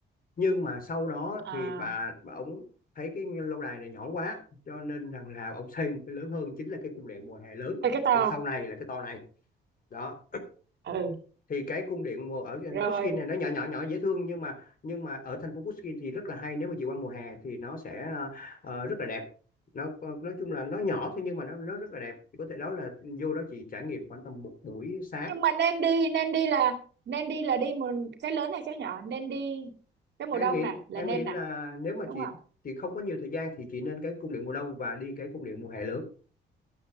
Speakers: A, on the left; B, on the right.
A: nhưng mà sau đó
B: à
A: thì bà, bà ổng thấy cái lâu đài này nhỏ quá cho nên rằng là ổng xây một cái lớn hơn chính là cái cung điện mùa hè lớn
B: Ê, cái to
A: về sau này là cái to này đó
B: ừ
A: thì cái cung điện mùa ở
B: rồi
A: Pushkin này nó nhỏ nhỏ nhỏ dễ thương nhưng mà nhưng mà ở thành phố Pushkin thì rất là hay nếu mà chị qua mùa hè thì nó sẽ ờ, rất là đẹp nó nói chung là nó nhỏ thôi nhưng mà nó nó rất là đẹp thì có thể đó là vô đó chị trải nghiệm khoảng tầm một buổi sáng
B: nhưng mà nên đi nên đi là nên đi là đi mùa cái lớn hay cái nhỏ nên đi cái mùa
A: em
B: đông
A: nghĩ
B: nè là
A: em
B: nên
A: nghĩ là
B: nè
A: nếu mà
B: đúng
A: chị
B: không
A: chị không có nhiều thời gian thì chị nên cái cung điện mùa đông và đi cái cung điện mùa hè lớn